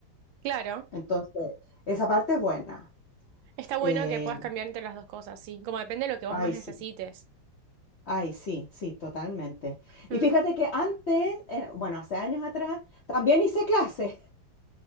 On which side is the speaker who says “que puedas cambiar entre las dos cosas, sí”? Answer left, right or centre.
Right